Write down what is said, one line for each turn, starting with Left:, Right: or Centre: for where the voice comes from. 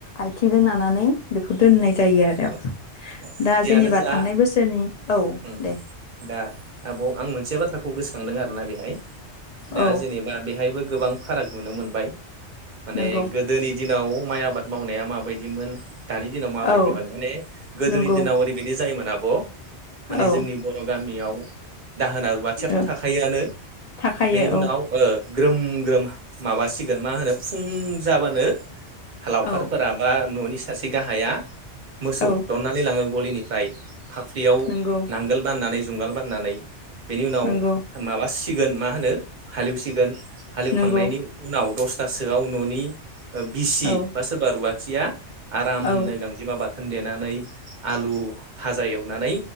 Left: आथिंजों नानानै बेखौ दोननाय। जायो आरो
Right: औ
Left: दा
Right: जियानो
Left: जेनेबा
Right: जा
Left: थांनाय बोसोरनि औ
Right: उम
Left: दे।
Right: दा आब' आं मोनसे बाथ्राखौ गोसोखांदों आरोना बेहाय दा
Left: औ
Right: जेनेबा बेहायबो गोबां फाराग नुनो मोनबाय। माने
Left: नंगौ
Right: गोदोनि दिनाव। माइ आबाद मावनाया माबायदिमोन दानि दिनाव माबायदिमोन।
Left: औ
Right: माने गोदोनि
Left: नंगौ
Right: दिनाव ओरैबायदि जायोमोन आब'। माने
Left: औ
Right: जोंनि बर' गामियाव <inaudible> दाहोना रुवाथियाथ'
Left: औ
Right: थाखायोआनो
Left: थाखायो
Right: बेनि उनाव
Left: औ
Right: ओ। ग्रोम ग्रोम माबासिगोन मा होनो फुं जाबानो। लावखारफोरा
Left: औ
Right: बा न'नि सासे गाहाया। मोसौ
Left: औ
Right: होरननानै लाङो गलिनिफ्राय। फाफ्लियाव
Left: नंगौ
Right: नांगोल बाननानै जुंगाल बाननानै बेनि उनाव
Left: नंगौ
Right: माबा सि गोन मा होनो हालेवसिगोन। हालेवखांनायनि
Left: नंगौ
Right: उनाव दस थासोआव न'नि ओ बिसि
Left: औ
Right: बा सोरबा रुवा थिया आराम
Left: औ
Right: नो गांजिमा बा थोन देनानै आलु फाजा एवनानै